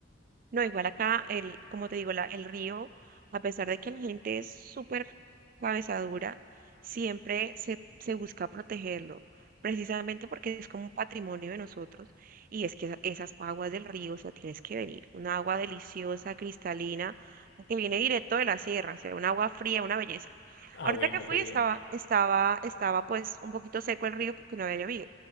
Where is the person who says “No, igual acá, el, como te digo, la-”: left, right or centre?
Right